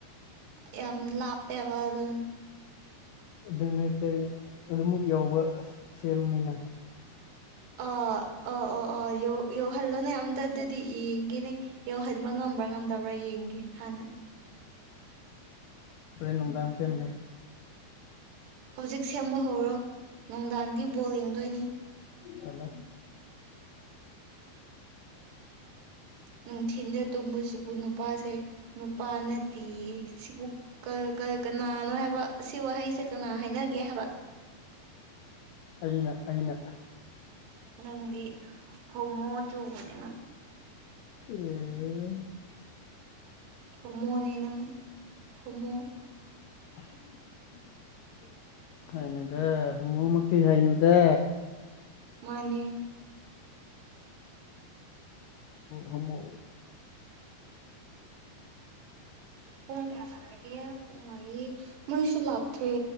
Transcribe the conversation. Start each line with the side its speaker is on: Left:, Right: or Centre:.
Right: ꯌꯥꯝ ꯂꯥꯞꯄꯦꯕ ꯑꯗꯨꯅ
Left: ꯑꯗꯨꯅ ꯆꯩ ꯑꯗꯨꯃꯨꯛ ꯌꯧꯕ ꯑꯁ ꯁꯦꯝꯅꯤꯅ
Right: ꯑ ꯑ ꯑꯣ ꯑ ꯌꯧ ꯌꯧꯍꯜꯂꯣꯅꯦ ꯑꯝꯇꯗꯗꯤ ꯌꯦꯡꯒꯦꯅꯦ ꯌꯧꯍꯟꯕ ꯉꯝꯕ꯭ꯔꯥ ꯉꯝꯗꯕ꯭ꯔꯥ ꯌꯦꯡꯒꯦ ꯍꯥꯟꯅ
Left: ꯐꯔꯦ ꯅꯨꯡꯗꯥꯡ ꯁꯦꯝꯦꯝꯒꯦ
Right: ꯍꯧꯖꯤꯛ ꯁꯦꯝꯕ ꯍꯧꯔꯣ ꯅꯨꯡꯗꯥꯡꯗꯤ ꯕꯣꯜ ꯌꯦꯡꯗꯣꯏꯅꯤ
Left: ꯇꯂꯦ
Right: ꯅꯨꯡꯊꯤꯟꯜꯗ ꯇꯨꯝꯕꯁꯤꯕꯨ ꯅꯨꯄꯥꯁꯦ ꯅꯨꯄꯥꯅꯠꯇꯦ ꯁꯤꯕꯨ ꯀꯅꯥꯅꯣ ꯍꯥꯏꯕ ꯁꯤ ꯋꯥꯍꯩꯁꯦ ꯀꯅꯥ ꯍꯥꯏꯅꯒꯦ ꯍꯥꯏꯕ
Left: ꯑꯩꯅ ꯑꯩꯅ
Right: ꯅꯪꯗꯤ ꯍꯃꯣꯗ ꯍꯕꯅꯦꯦꯅ
Left: ꯎꯝ
Right: ꯍꯣꯃꯣꯅꯤꯅ ꯍꯣꯃꯣ
Left: <unintelligible> ꯍꯥꯏꯅꯨꯗ ꯃꯨꯃꯛꯇꯤ ꯍꯥꯏꯥꯏꯅꯨꯗ
Right: ꯃꯥꯅꯦ
Left: ꯍꯃ
Right: ꯄꯨꯡ ꯀꯌꯥ ꯇꯥꯔꯒꯦ ꯄꯨꯡ ꯃꯔꯤ ꯃꯩꯁꯨ ꯂꯥꯛꯇ꯭ꯦ